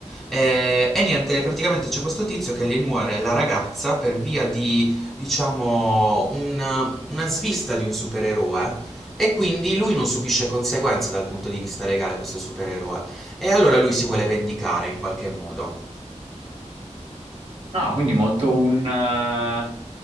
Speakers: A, in the centre; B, on the right.
A: E, e niente, praticamente c'è questo tizio che le muore la ragazza per via di, diciamo, un- una svista di un supereroe e quindi lui non subisce conseguenze dal punto di vista legale, questo supereroe. E allora lui si vuole vendicare in qualche modo.
B: Ah, quindi molto un, eh,